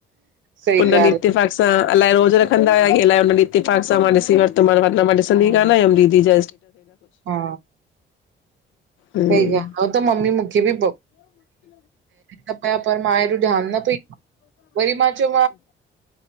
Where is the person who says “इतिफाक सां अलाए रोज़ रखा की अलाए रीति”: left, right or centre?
Left